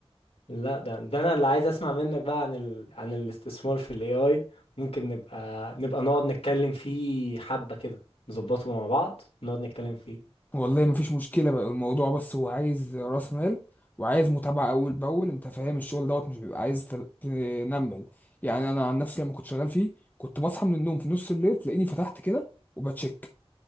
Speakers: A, on the left; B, on the left.
A: لا ده ده انا اللي عايز اسمع منك بقى عن ال... عن الاستثمار في الاي اي ممكن نبقى نبقى نقعد نتكلم فيه حبه كده نظبطه مع بعض نقعد نتكلم فيه
B: والله ما فيش مشكله بقى الموضوع بس هو عايز راس مال وعايز متابعه اول باول انت فاهم الشغل دوت مش بيبقى عايز ت- تنمل يعني انا عن نفسي لما كنت شغال فيه كنت بصحى من النوم في نص الليل تلاقيني فتحت كده وبتشيك